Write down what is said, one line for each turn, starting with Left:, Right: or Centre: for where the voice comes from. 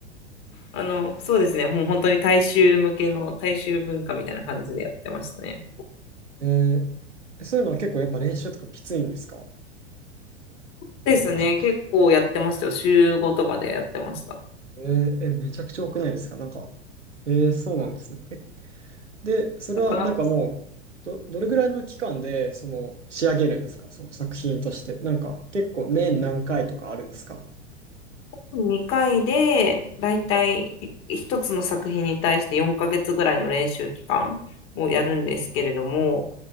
Left: あの、そうですね。もう本当に大衆向けの大衆文化みたいな感じでやってましたね。
Right: えーそういうのは結構やっぱ練習とかきついんですか
Left: ですね。結構やってましたよ。週合とかでやってました。
Right: えーえ、めちゃくちゃ多くないですかなんか、えーそうなんですね。えで、それはなんかもう、
Left: やっぱなん
Right: ど、どれぐらいの期間でその仕上げるんですかその作品として。なんか結構年何回とかあるんですか
Left: 2回で、だいたい1つの作品に対して4ヶ月ぐらいの練習期間をやるんですけれども、